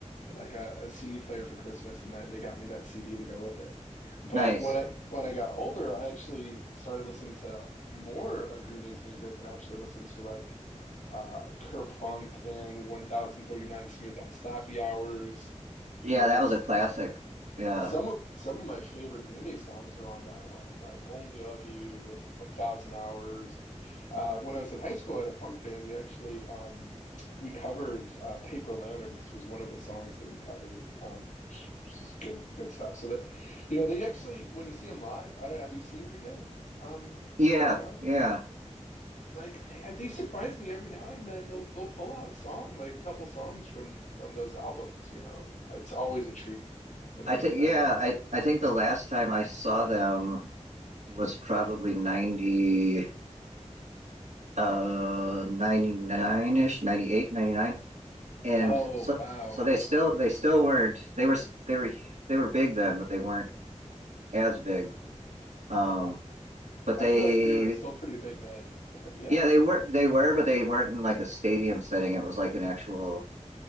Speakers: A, on the left; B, on the right.
A: like a, CD player for Christmas, and that they got me that CD to go with it. But
B: Nice.
A: when I when I got older, I actually started listening to more of Green Day's music, and I actually listened to like uh, Kerplunk and 1039 Smooth Out Slappy Hours
B: Yeah,
A: and
B: that was a classic. Yeah.
A: some of some of my favorite Green Day songs are on that one, like "Only of You" and "One Thousand Hours." And uh, when I was in high school, I had a punk band. We actually um, we covered uh, "Paper Lanterns" was one of the songs that we covered, um, which which is good good stuff. So that you know, they actually when you see them live, I don't have you seen Green Day um,
B: Yeah,
A: perform live?
B: yeah.
A: Like they, they surprise me every now and then. They'll they'll pull out song like a couple songs from from those albums, you know, and it's always a treat when they
B: I think
A: do that.
B: yeah, I I think the last time I saw them was probably 90 uh 99ish 98, 99, and
A: Oh,
B: so
A: wow.
B: so they still they still weren't they were they were they were big then but they weren't as big um
A: I,
B: but
A: I
B: they
A: feel like they were still pretty big then, but yeah.
B: yeah they were they were but they weren't in like a stadium setting it was like an actual